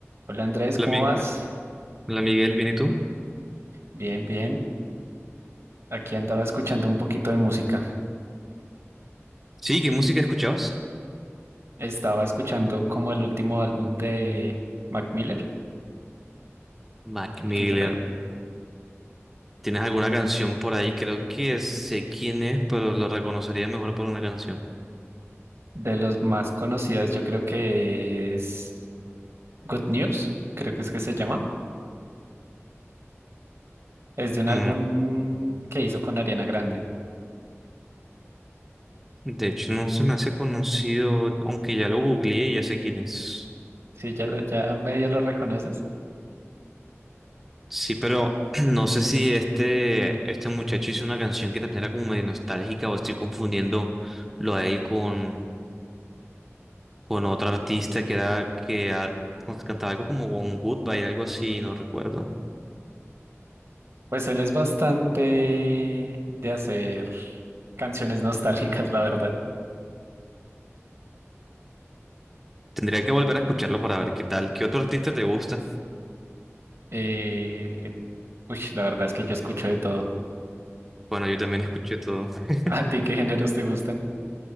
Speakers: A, on the right; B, in the centre.
A: Hola Andrés,
B: Hola
A: ¿cómo
B: Miguel.
A: vas?
B: Hola Miguel, ¿bien y tú?
A: Bien, bien. Aquí andaba escuchando un poquito de música.
B: Sí, ¿qué música escuchabas?
A: Estaba escuchando como el último álbum de Mac Miller,
B: Mac
A: el
B: Miller.
A: que será
B: ¿Tienes alguna canción por ahí? Creo que sé quién es, pero lo reconocería mejor por una canción.
A: de los más conocidas, yo creo que es Good News, creo que es que se llama. Es de un
B: Mm,
A: álbum que hizo con Ariana Grande.
B: De hecho, no se me hace conocido, aunque ya lo googleé y ya sé quién es.
A: Sí, ya, ya medio lo reconoces.
B: Sí, pero <clears throat> no sé si este, este muchacho hizo una canción que también era como medio nostálgica o estoy confundiendo lo a él con, con otro artista que era que ah, cantaba algo como con Goodbye, algo así, no recuerdo.
A: Pues él es bastante de hacer canciones nostálgicas, la verdad.
B: Tendría que volver a escucharlo para ver qué tal. ¿Qué otro artista te gusta?
A: Eh, uy, la verdad es que yo escucho de todo.
B: Bueno, yo también escucho todo. <laughs>
A: ¿A ti qué géneros te gustan?